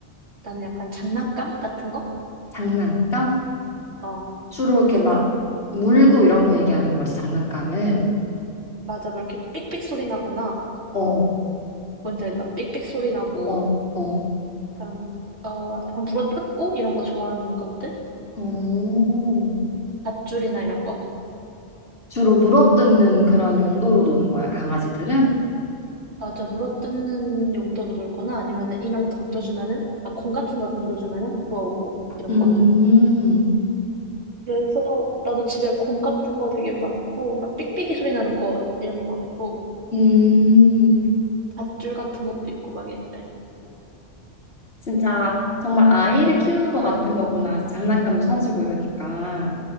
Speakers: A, on the right; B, on the left.
A: 나는 약간 장난감 같은 거?
B: 장난감?
A: 어,
B: 주로 이렇게
A: 장난감?
B: 막 물고
A: 응,
B: 이런 거 얘기하는 거지, 장난감은.
A: 맞아. 막 이렇게 삑삑 소리 나거나
B: 어,
A: 뭔지 알죠? 삑삑 소리 나고
B: 어, 어.
A: 약간, 어, 약간 물어뜯고 이런 거 좋아하는 것들?
B: 어.
A: 밧줄이나 이런 거?
B: 주로 물어뜯는 그런 용도로 노는 거야, 강아지들은?
A: 맞아, 물어뜯는 용도로 놀거나 아니면은 인형 던져주면은, 아, 공 같은 거 던져주면은 물어오고, 이런
B: 음,
A: 거? 그래서 나도 집에 공 같은 거 되게 많고, 막 삑삑이 소리 나는 거, 이런 거 많고,
B: 음,
A: 밧줄 같은 것도 있고 막 이래.
B: 진짜 정말 아이를 키우는 것 같은 거구나. 장난감도 사주고 이러니까.